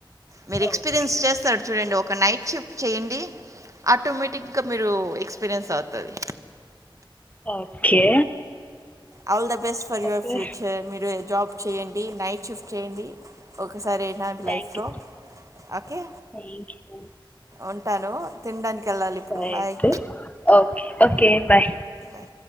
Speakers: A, on the right; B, on the left.
A: మీరు ఎక్స్పీరియన్స్
B: ఓకే
A: చేస్తారు
B: ఓకే
A: చూడండి ఒక నైట్ షిఫ్ట్ చేయండి అటోమేట్ టిగ్గా మీరు ఎక్స్పీరియన్స్ అవుతారు.
B: Okay
A: all the best for your
B: okay
A: future మీరు జాబ్ చేయండి నైట్ షిఫ్ట్ చేయండి ఓ కసారి అయినా లైఫ్
B: థ్యాంక్
A: లో
B: యూ
A: ఓకే.
B: థ్యాంక్ యూ
A: ఉంటాను తినడానికెళ్లాలి ఇప్పుడు
B: సరే
A: బాయ్.
B: అయితే ఓకే ఓకే బాయ్
A: బాయ్.